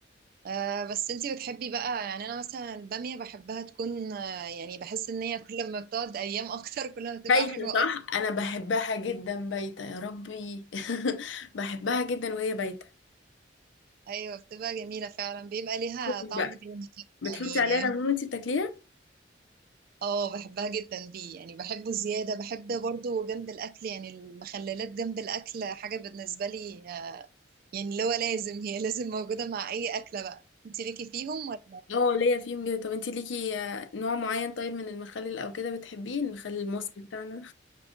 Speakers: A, on the right (about 50°); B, on the left (about 85°).
A: آه بس انتي بتحبي بقى يعني انا مثلا الباميه بحبها تكون آه يعني بحس ان هي كل ما بتقعد ايام <laughs> اكتر كل ما بتبقى
B: بايتة
A: حلوه
B: صح
A: اكتر
B: انا بحبها جدا بايتة يا ربي <laughs> بحبها جدا وهي بايتة
A: ايوه بتبقى جميله فعلا بيبقى ليها
B: بقى
A: طعم تاني كده،
B: بتحطي
A: يعني
B: عليها ليمون وانتي بتاكليها
A: اه بحبها جدا بيه يعني بحبه زيادة بحب برضو جنب الأكل يعني المخللات جنب الأكل حاجة بالنسبة لي آه، يعني اللي هو لازم هي لازم موجودة مع أي أكلة بقى انت ليكي فيهم ولا
B: اه ليا فيهم جدا طب انتي ليكي آه، نوع معين طيب من المخلل او كده بتحبيه المخلل المصري بتاعنا